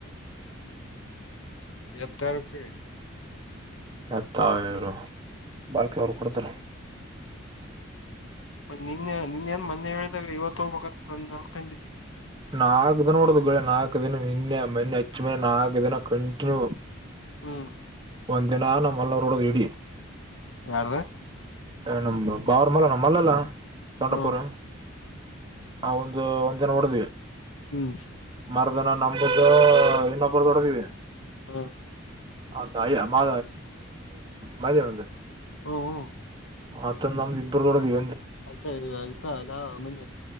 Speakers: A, on the left; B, on the right.
A: ಎತ್ತಾರಕ್ಕೆೇಳಿ
B: ಮತ್ಾವರು ಬಾಲ್ಕಲ ಅವರು ಕೊಡ್ತಾರ
A: ಮತ್ತ ನಿನ್ ನಿನ್ಏನ್ ಮೊನ್ನೆ ಹೇಳಿದಾಗ ಇವತ್ತು ಹೋಗ್ಬೇಕಂತ ನ ನನ್ ಕಂಡಿದ್ದಿ
B: ನಾಕಕ್ ದಿನ ನೋಡದು ಗೆ ನಾಲ್ಕು ದಿನ ನಿನ್ನೆ ಮೊನ್ನೆ ಹಚ್ಚು ಮನೆ ನಾಲ್ಕು ದಿನ ಕಂಟಿನ್ಯೂ
A: ಹ್ಮ್
B: ಒಂದಿನ ನಮ್ಮ ಮಲ್ಲೂರಡ ವಡಿ
A: ಯಾರ್ದು
B: ಹ ನ ಬಾರಮಲ್ಲ ನ ಮಲ್ಲೆಲ್ಲ ತೊೊಂಡಪೂರ
A: ಹ್ಮ್
B: ಆ ಒಂದು ಒಂದ್ ಜನ ಹೊಓಡದ್ವಿ
A: ಹ್ಮ್
B: ಮರದನ ನಂಬ್ದ ಇನ್ನೊಬ್ಬರ ತೊಡದೀವಿ
A: ಹ್ಮ್
B: ಹೌದಯ ಮಾ ಮದ ಒಂದು
A: ಹ್ಮ ಹ್ಮ
B: ಮತ್ತ ನ್ದ ಇಬ್ಬರುೊಡ ಇ
A: ಆಯ್ತಾ ಆಯ್ತಾ ಅದಾ ಮಂದೆ